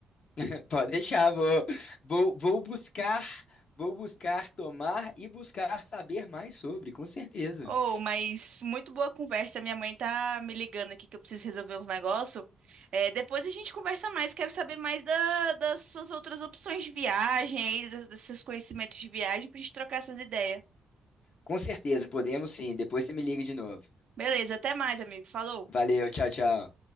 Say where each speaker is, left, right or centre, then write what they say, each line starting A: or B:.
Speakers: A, on the left (about 55°); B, on the right (about 65°).
A: <laughs> Pode deixar, vou, vou, vou buscar, vou buscar tomar e buscar saber mais sobre, com certeza.
B: Oh, mas muito boa conversa. Minha mãe tá me ligando aqui que eu preciso resolver uns negócios. depois a gente conversa mais. Quero saber mais da- das suas outras opções de viagem aí, dos, dos seus conhecimentos de viagem, pra gente trocar essas ideias.
A: Com certeza, podemos sim. Depois você me liga de novo.
B: Beleza, até mais, amigo. Falou!
A: Valeu, tchau, tchau.